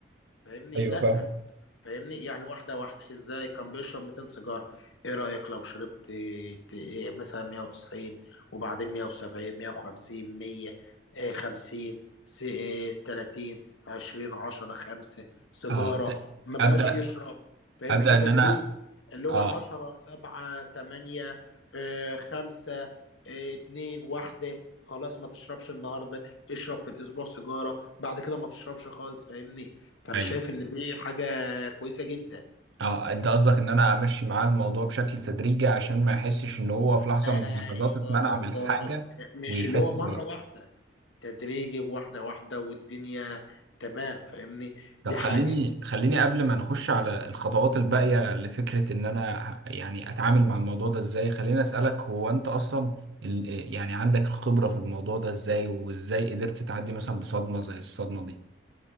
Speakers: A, on the left (about 75°); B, on the right (about 65°).
A: فاهمني
B: ايوه
A: لا
B: فاهم
A: فاهمني يعني واحدة واحدة ازاي كان بيشرب 200 سيجار ايه رأيك لو شربت ت- إيه مثلا 190 وبعدين 170 150 100 إيه 50 س- إيه 30 20 10 5 سيجارة
B: اه ت-
A: ما بقاش
B: ابدا
A: يشرب فاهم
B: ابدا
A: فتدريجي
B: ان انا
A: اللي هو
B: اه
A: 10 7 8 إيه 5 إيه 2 1 خلاص ما تشربش النهارده اشرب في الاسبوع سيجاره بعد كده ما تشربش خالص فاهمني فانا
B: ايوه
A: شايف ان دي حاجه كويسه جدا
B: اه انت قصدك ان انا امشي معاه الموضوع بشكل تدريجي عشان ما يحسش ان هو في لحظه
A: ايوه
B: من اللحظات اتمنع
A: بالظبط
B: من حاجه
A: مش
B: ويحس
A: اللي هو مره
B: بيه
A: واحده تدريجي واحده واحده والدنيا تمام فاهمني
B: طب
A: دي
B: خليني
A: حاجه
B: خليني قبل ما نخش على الخطوات الباقية لفكرة إن أنا ه- يعني أتعامل مع الموضوع ده إزاي خليني أسألك هو أنت أصلا ال- يعني عندك الخبرة في الموضوع ده إزاي وإزاي قدرت تعدي مثلا بصدمة زي الصدمة دي